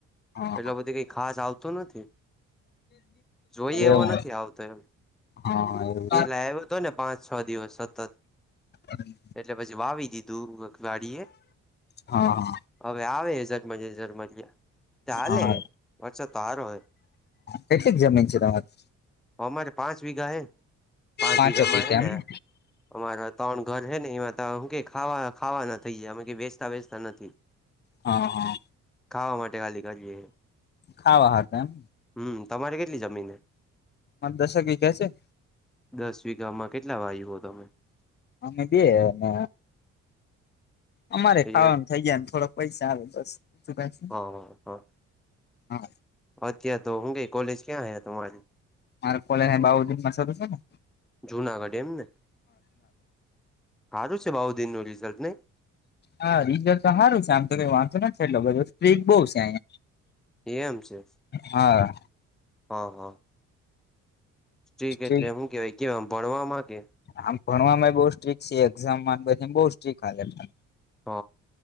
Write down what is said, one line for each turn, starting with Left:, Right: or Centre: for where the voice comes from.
Left: હા
Centre: એટલે બધી કઈ ખાસ આવતો નથી. જોઈયે
Left: એવું
Centre: એવો નથી આવતો એમ.
Left: હા એવું
Centre: પહેલા આવ્યો હતોને, પાંચ છ દિવસ સતત.
Left: છે.
Centre: એટલે પછી વાવી દીધું <unintelligible> વાડીએ.
Left: હા-હા.
Centre: હવે, આવે ઝગમગ ઝગમરીયા. ચાલે,
Left: હા હા
Centre: વરસાદ તો હારો હે.
Left: કેટલીક જમીન છે તમારી
Centre: અમારે પાંચ વીઘા હે. પાંચ
Left: પાંચક
Centre: વીઘામાં
Left: વીઘા
Centre: હે
Left: એમને
Centre: ને અમારા ત્રણ ઘર હેને એમાં તે હું કેય ખાવા ખાવાના થઈ જાય. <unintelligible> વેંચતા નથી.
Left: હા હા
Centre: ખાવા માટે ખાલી કરીયે.
Left: ખાવા હાતે એમ.
Centre: હમ, તમારી કેટલી જમીન હે.
Left: આઠ દશેક વિઘા છે.
Centre: દસ વીઘામાં કેટલા વાયુ હો તમે.
Left: અમે બે અને અમારે
Centre: એ
Left: ખાવાનું થઇ જાય ને થોડાક પૈસા આવે બસ બીજું કાંઈ.
Centre: હ -હ.
Left: હા.
Centre: અત્યારે તો હું કેય કોલેજ ક્યાં હે તમારી.
Left: મારે કોલેજ બાઉદીન <unintelligible> છેને.
Centre: જુનાગઢ એમને. હારુ છે બાઉદીન નું રિઝલ્ટ નઈ.
Left: હા, રીઝલ તો હારુ છે આમ તો કઈ વાંધો નથી એટલો બધો સ્ટ્રીક બહુ છે અહીંયા.
Centre: એમ છે
Left: હા
Centre: હ- હ. ઠીક
Left: સ્ટ્રીક
Centre: એટલે હું કહેવાય કેવાય કહો ભણવામાં કે.
Left: આમ ભણવામાં એ બઉ સ્ટ્રીક છે એક્ઝામ માને બધે બહુ સ્ટીક હાલે બધા.
Centre: હ,